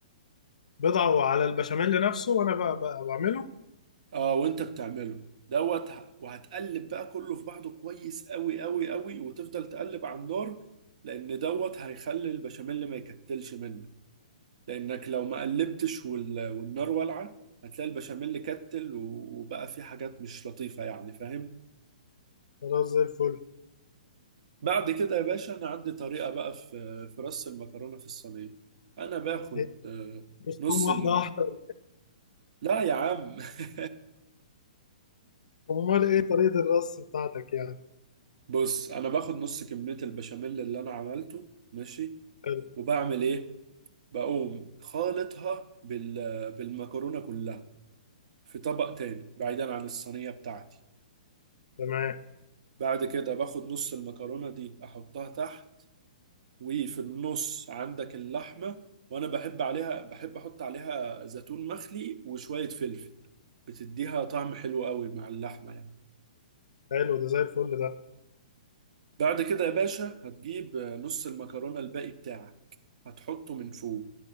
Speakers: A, on the left (about 70°); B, on the right (about 60°).
A: بضعه على البشاميل نفسه وأنا بقى, بقى بعمله
B: اه وانت بتعمله دوت ه- وهتقلب بقى كله في بعضه كويس قوي قوي قوي وتفضل تقلب على النار لان دوت هيخلي البشاميل ما يكتلش منك لانك لو ما قلبتش وال... والنار والعه هتلاقي البشاميل كتل و- وبقى فيه حاجات مش لطيفه يعني فاهم
A: خلاص زي الفل
B: بعد كده يا باشا انا عندي طريقه بقى في في رص المكرونه في الصينيه انا باخد
A: هي-
B: آه،
A: بص
B: نص
A: قوم واحدة
B: ال...
A: واحدة
B: لا يا عم <laughs>
A: أمال إيه طريقة الرص بتاعتك يعني
B: بص انا باخد نص كميه البشاميل اللي انا عملته ماشي
A: حلو
B: وبعمل ايه بقوم خالطها بال... بالمكرونه كلها في طبق تاني بعيدا عن الصينيه بتاعتي
A: تمام
B: بعد كده باخد نص المكرونه دي احطها تحت وفي النص عندك اللحمه وانا بحب عليها بحب احط عليها زيتون مخلي وشويه فلفل بتديها طعم حلو قوي مع اللحمه يعني
A: حلو ده زي الفل ده
B: بعد كده يا باشا هتجيب نص المكرونه الباقي بتاعك هتحطه من فوق